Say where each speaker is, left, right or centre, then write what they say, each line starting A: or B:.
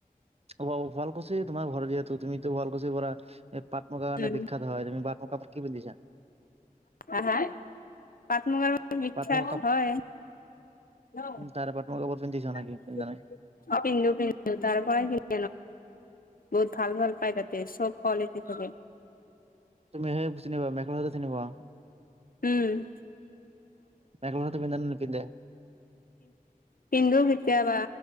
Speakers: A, on the right; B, on the left.
A: অহ, শুৱালকুচি তোমাৰ ঘৰত যিহেতু তুমিতো শুৱালকুচিৰ পৰা এই পাট মুগাৰ কাৰণে
B: উম,
A: বিখ্যাত হয় তুমি <unintelligible> কি পিন্ধিছা?
B: হা- হা পাট মুগাৰ বাবে বিখ্যাত
A: পাট মুগা কাপ
B: হয়। <unintelligible>
A: উম, তাৰে পাট মুগা কাপোৰ পিন্ধিছা নেকি? পিন্ধা নাই।
B: <unintelligible> বহুত ভাল- ভাল পাই তাতে চব কোৱালিটী থাকে।
A: তুমি সেই চিনিপোৱা মেখেলা - চাদৰ চিনি পোৱা?
B: উম।
A: মেখেলা -চাদৰ পিন্ধে নে নিপিন্ধে?
B: পিন্ধো কেতিয়াবা